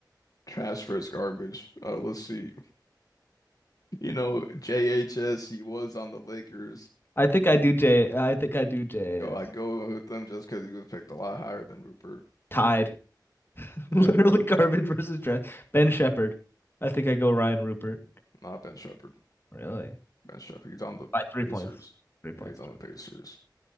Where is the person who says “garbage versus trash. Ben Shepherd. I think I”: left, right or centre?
Left